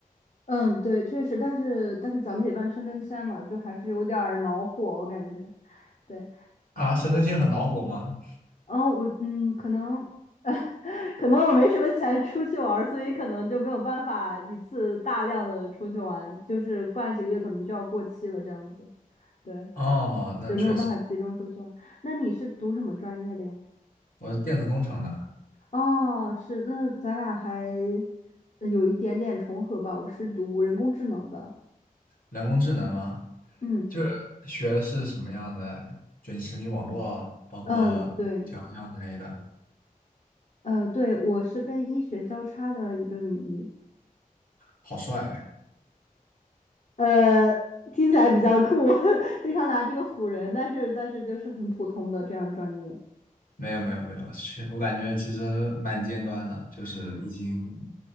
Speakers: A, on the left; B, on the left.
A: 嗯，对，确实，但是但是咱们得办申根签嘛，就还是有点儿恼火，我感觉。对，
B: 啊，省政厅很恼火吗？
A: 然后我嗯，可能 <laughs> 可能我没什么钱出去玩儿，所以可能就没有办法一次大量的出去玩，就是不然几个月可能就要过期了这样子。对
B: 哦，那确实，
A: 对，没有办法集中出去玩。那你是读什么专业的呀？
B: 我是电子工程的，
A: 哦，是，那咱俩还呃有一点点重合吧。我是读人工智能的。
B: 人工智能吗？
A: 嗯
B: 就是学的是什么样的卷神经网络，包括语调教之类的。
A: 嗯，对。呃，对，我是跟医学交叉的一个领域。
B: 好帅呀
A: 呃，听起来比较酷，<laughs> 经常拿这个唬人，但是但是就是很普通的这样专业。
B: 没有没有没有，去，我感觉其实蛮尖端的，就是已经